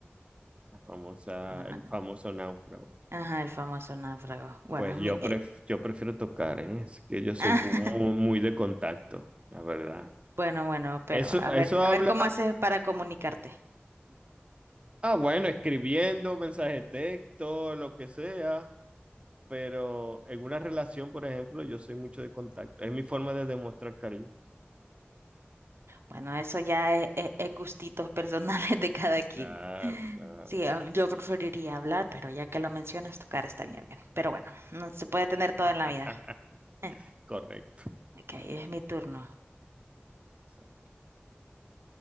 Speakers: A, on the right; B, on the right.
A: La famosa,
B: Bueno, bueno.
A: el famoso náufrago.
B: Ajá, el famoso náufrago. Bueno,
A: Pues
B: mi-
A: yo, pref-
B: eh,
A: yo prefiero tocar, ¿eh? Es que yo soy
B: <laughs>
A: muy, muy de contacto, la verdad.
B: bueno, bueno, pero
A: Eso,
B: a
A: eso
B: ver,
A: habla,
B: a ver cómo haces para comunicarte.
A: ah, bueno, escribiendo, mensaje de texto, lo que sea. pero en una relación, por ejemplo, yo soy mucho de contacto. Es mi forma de demostrar cariño.
B: Bueno, eso ya es, es- es gustitos <laughs> personales de cada quien.
A: Claro, claro.
B: Sí, eh, yo preferiría hablar, pero ya que lo mencionas, tocar estaría bien. Pero bueno, no se puede tener todo
A: <laughs>
B: en la vida. Eh,
A: Correcto.
B: Ok, es mi turno.
A: Exacto.